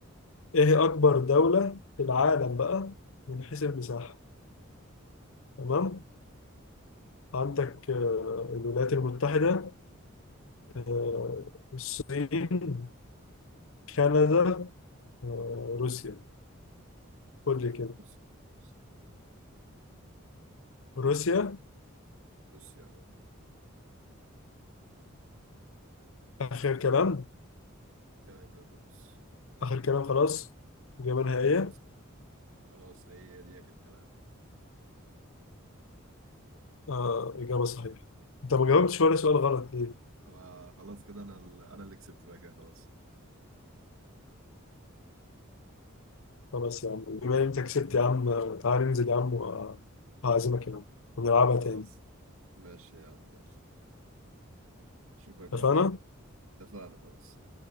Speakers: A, on the left (about 70°); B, on the right (about 80°).
A: ايه هي اكبر دولة في العالم بقى من حيث المساحة تمام عندك آه الولايات المتحدة آه الصين كندا آه روسيا قول لي كده
B: بص بص
A: روسيا
B: بص يا رب
A: اخر كلام
B: كده كده خلاص
A: اخر كلام خلاص إجابة
B: اه
A: نهائية
B: خلاص كده خلاص هي دي آخر كلام
A: آه إجابة صحيحة أنت ما جاوبتش ولا سؤال غلط ليه؟
B: أما خلاص كده أنا ال- أنا اللي كسبت بقى كده خلاص
A: خلاص يا عم بما إن أنت كسبت يا عم تعالى ننزل يا عم وهعزمك يا عم ونلعبها
B: خلاص
A: تاني
B: ماشي يا عم يلا اشوفك بعدين
A: اتفقنا؟
B: بقى اتفقنا خلاص